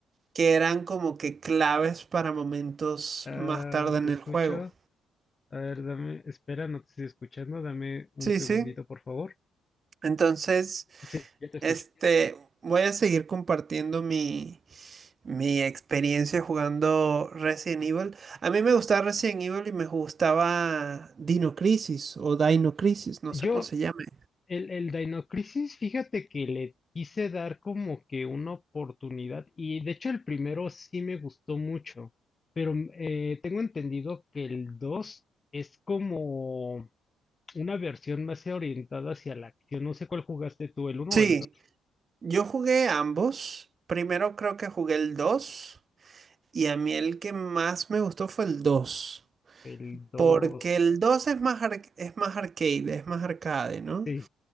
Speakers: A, on the right; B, on the left.
A: que eran como que claves para momentos
B: Ah,
A: más tarde
B: te
A: en
B: escucho.
A: el juego.
B: A ver, dame, espera, no te estoy escuchando. Dame un
A: Sí,
B: segundito,
A: sí.
B: por favor.
A: Entonces,
B: Sí, ya te escucho.
A: este, voy a seguir compartiendo mi, mi experiencia jugando Resident Evil. A mí me gustaba Resident Evil y me gustaba Dino Crisis o Dino Crisis, no
B: Yo,
A: sé cómo se llame.
B: el, el Dino Crisis, fíjate que le quise dar como que una oportunidad y de hecho el primero sí me gustó mucho, pero mm, eh, tengo entendido que el 2 es como... Una versión más orientada hacia la acción. No sé cuál jugaste tú, el uno
A: Sí,
B: o el dos
A: yo jugué ambos. Primero creo que jugué el 2. Y a mí el que más me gustó fue el dos
B: El dos
A: Porque el 2 es más, ar- es más arcade, es más arcade, ¿no?
B: Sí.